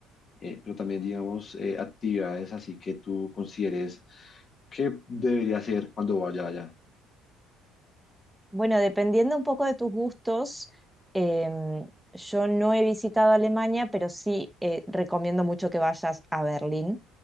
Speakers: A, on the left; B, in the centre.
A: eh, pero también, digamos, eh, actividades así que tú consideres que debería hacer cuando vaya allá.
B: Bueno, dependiendo un poco de tus gustos, em, yo no he visitado Alemania, pero sí eh, recomiendo mucho que vayas a Berlín,